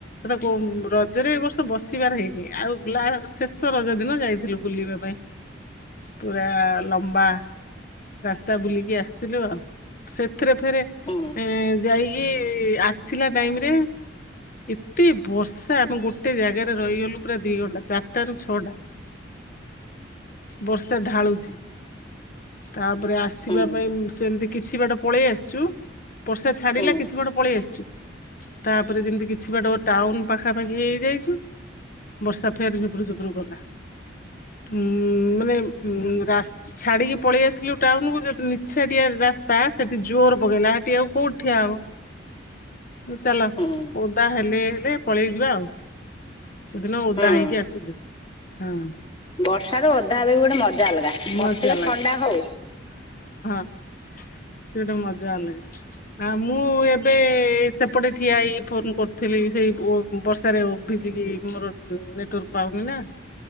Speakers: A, on the left; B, on the left.
A: ଏତାକୁ ରଜରେ ଏ ବର୍ଷ ବସିବାର ହେଇନି ଆଉ ଗ୍ଲା ଶେଷ ରଜ ଦିନ ଯାଇଥିଲୁ ବୁଲିବା ପାଇଁ ପୁରା ଲମ୍ବା ରାସ୍ତା ବୁଲିକି ଆସଥିଲୁ ଆଉ ସେଥିରେ ଫେରେ
B: ହୁଁ
A: ଏଁ ଯାଇ କି ଆସିଲା ଟାଇମରେ ଏତେ ବର୍ଷା ଆମେ ଗୋଟେ ଜାଗାରେ ରହିଗଲୁ ପୁରା ଦି ଘଣ୍ଟା ଚାରିଟା ର ଛଅଟା।
B: <inaudible>
A: ବର୍ଷା ଢାଳୁଚି। ତାପରେ ଆସିବା
B: ହୁଁ
A: ପାଇଁ ସେମତି କିଛି ବାଟ ପଳେଇ ଆସଚୁ ବର୍ଷା ଛାଡ଼ିଲା
B: ହୁଁ
A: କିଛି ବାଟେ ପଳେଇ ଆସଚୁ ତାପରେ ଯେମତି କିଛି ବାଟ ଟାଉନ ପାଖାପାଖି ହେଇଯାଇଚୁ ବର୍ଷା ଫେରେ ଝୁପୁରୁ ଝୁପୁରୁ କଲା। ଉଁ ମାନେ ଉଁ ରାସ୍ ଛାଡିକି ପଳେଇ ଆସିଲୁ ଟାଉନକୁୁ ଯେହେତୁ ନିଛାଟିଆ ରାସ୍ତା ସେଠି ଜୋର ପକେଇଲା ହେ ଠି ଆଉ କୋଉଠି ଠିଆହବ ଉ ଚାଲ
B: ହୁଁ
A: ଓଦା ହେଲେ ହେ ରେ ପଳେଇ ଯିବା ଆଉ ସେଦିନ ଓଦା
B: ହୁଁ
A: ହେଇକି ଆସିଲୁ ହଁ।
B: ବର୍ଷରେ ଓଦା ହେବେ ବି ଗୋଟେ ମଜା ଅଲଗା ପଛରେ
A: ମଜା
B: ଥଣ୍ଡା ହୋଉ।
A: ସେଇଟା ମଜା ଅଲଗା। ଆ ମୁଁ ଏବେ ସେପଟେ ଠିଆ ହେଇକି ଫୋନ କରୁଥୁଲି ସେଇ ବର୍ଷାରେ ଭିଜି ବି ମୋର ନେଟୱର୍କ ପାଉନି ନା।